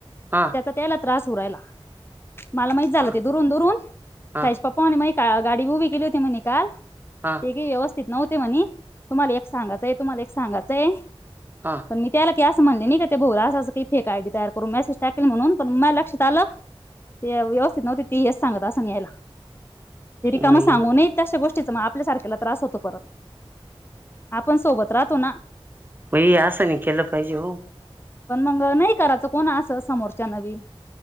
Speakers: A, on the right; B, on the left.
A: हा.
B: तो त्यांनला त्रास होऊ राहिला. माला माहित झालं
A: हा
B: ते दुरून, दूरून.
A: हा
B: साईचे पप्पा म्हणे गाडी उभी केली होती म्हणे काल.
A: हा.
B: ती काय व्यवस्थित नव्हती म्हणे. तुम्हाला एक सांगायचंय, तुम्हाला एक सांगायचंय.
A: हां.
B: मी त्यांना की असं म्हणली नाही का, ते भाऊ असं असं काही फेक आयडी तयार करून मॅसेज टाकेल म्हणून. पण म्या लक्षात आलं ते व्यवस्थित नव्हती, ती हेच सांगत असंन यायला. रिकाम
A: मई
B: सांगू नाही. तशा गोष्टीचा मग आपल्यासारख्याला त्रास होतो परत. आपण सोबत राहतो ना.
A: हे असं नाही केलं पाहिजे हो.
B: पण मग नाही करायचं कोण असं, समोरच्या न बी.